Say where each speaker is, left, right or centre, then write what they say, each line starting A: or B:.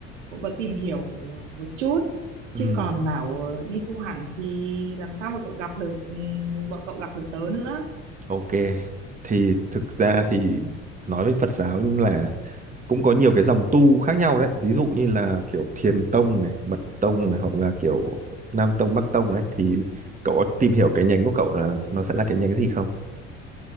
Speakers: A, on the right (about 70°); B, on the right (about 20°).
A: cũng có tìm hiểu một chút Chứ
B: Ừ,
A: còn bảo ờ, đi tu hẳn thì làm sao mà cậu gặp được ừ, Bọn cậu gặp được tớ nữa
B: ok. Thì thực ra thì nói về Phật giáo là cũng có nhiều cái dòng tu khác nhau đấy. Ví dụ như là kiểu Thiền tông này, Mật tông này hoặc là kiểu Nam tông, Bắc tông đấy. Thì cậu có tìm hiểu cái nhánh của cậu là nó sẽ là cái nhánh gì không?